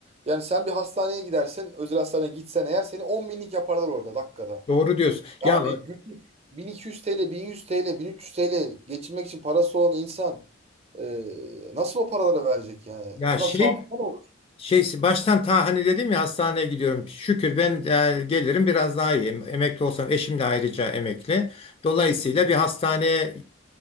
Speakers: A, on the right; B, on the left.
A: Yani sen bir hastaneye gidersen özel hastaneye gitsen eğer seni 10 binlik yaparlar orada dakikada.
B: Doğru diyorsun.
A: Yani
B: Ya
A: günlük 1200 TL, 1100 TL, 1300 TL geçinmek için parası olan insan e, nasıl o paralara verecek yani?
B: ya
A: Adam
B: şey
A: sağlıklı mı? olur?
B: Şey baştan ta hani dedim ya hastaneye gidiyorum. Şükür ben e, gelirim biraz daha iyi. Emekli olsam eşim de ayrıca emekli. Dolayısıyla bir hastaneye